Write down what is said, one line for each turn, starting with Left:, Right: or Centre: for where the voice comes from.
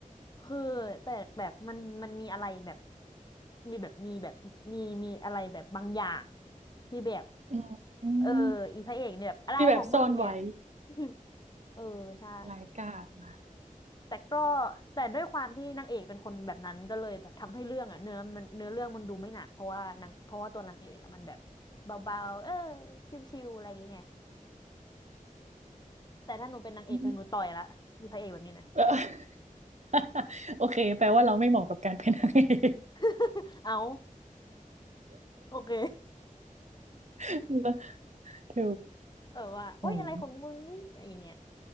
Left: คือแต่แบบมันมันมีอะไรแบบมีแบบมีแบบมีมีอะไรแบบบางอย่างที่แบบ
Right: อืมอืม
Left: เอออีพระเอกเนี่ยแบบอะไรของมึงเนี่ย
Right: ที่แบบซ่อนไว้
Left: <laughs> เออใช่
Right: รายกาดมา
Left: แต่ก็แต่ด้วยความที่นางเอกเป็นคนแบบนั้นก็เลยแบบทำให้เรื่องอ่ะเนื้อมันเนื้อเรื่องมันดูไม่หนักเพราะว่านางเพราะว่าตัวนางเอกอะมันแบบเบาๆเออชิวๆอะไรอย่างเงี้ยแต่ถ้าหนูเป็นนางเอกคือหนูต่อยละมีพระเอกแบบนี้นะ
Right: อืมเออ <laughs> โอเคแปลว่าเราไม่เหมาะกับการเป็นนางเอก
Left: <laughs> เอาโอเค
Right: <laughs> นะเ
Left: เออว่าโอ๊ยอะไรของมึงนี่อย่างเงี้ย
Right: โอ้ย